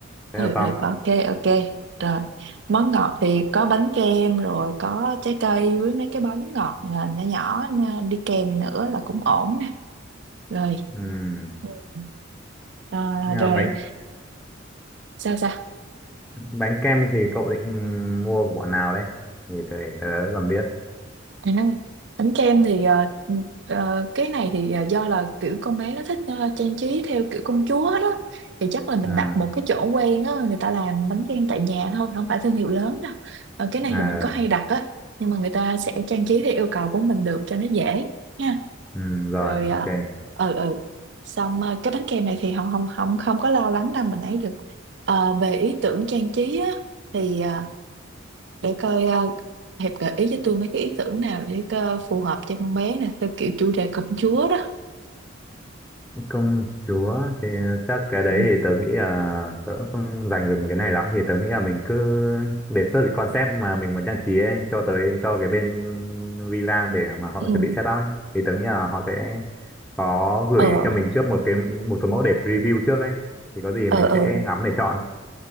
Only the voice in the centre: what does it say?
thế
là xong
Ừm.
Nhưng
mà bánh
bánh kem thì cậu định mua của bọn nào đấy thì tớ, tớ còn biết
à
à
ừ, ừ, rồi
ok
công chúa thì chắc cái đấy
thì tớ nghĩ là tớ cũng không dành về cái này lắm thì tớ nghĩ là mình cứ đề xuất cái concept mà mình muốn trang trí ấy, cho tới cho cái bên villa để mà họ
chuẩn bị setup ấy thì tớ nghĩ là họ sẽ có
gửi cho mình trước một cái một số mẫu để preview trước ấy thì có gì
mình
sẽ ngắm để chọn